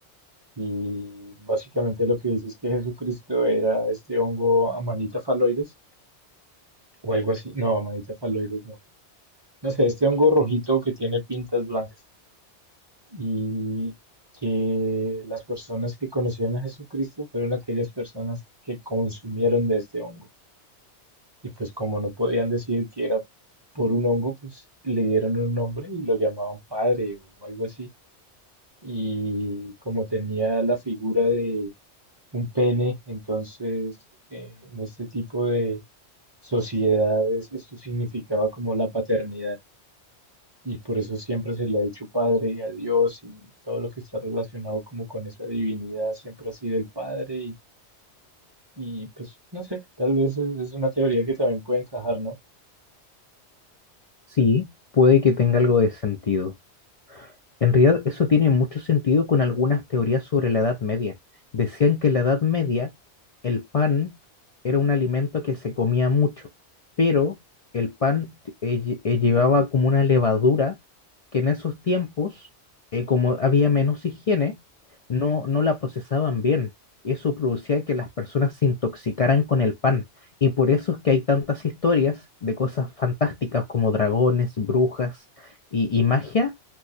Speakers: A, on the right; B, on the left.
A: y básicamente lo que dice es que Jesucristo era este hongo Amanita phalloides o algo así, no, Amanita phalloides no, no sé, este hongo rojito que tiene pintas blancas, y que las personas que conocieron a Jesucristo fueron aquellas personas que consumieron de este hongo, y pues como no podían decir que era por un hongo, pues le dieron un nombre y lo llamaban padre o algo así. y como tenía la figura de un pene, entonces eh, en este tipo de sociedades esto significaba como la paternidad y por eso siempre se le ha dicho padre a Dios y todo lo que está relacionado como con esa divinidad siempre ha sido el padre y, y, pues no sé, tal vez es, es una teoría que también puede encajar, ¿no?
B: Sí, puede que tenga algo de sentido. En realidad, eso tiene mucho sentido con algunas teorías sobre la Edad Media. Decían que en la Edad Media el pan era un alimento que se comía mucho, pero el pan eh, lle- eh, llevaba como una levadura que en esos tiempos, eh, como había menos higiene, no, no la procesaban bien. Y eso producía que las personas se intoxicaran con el pan. Y por eso es que hay tantas historias de cosas fantásticas como dragones, brujas y y magia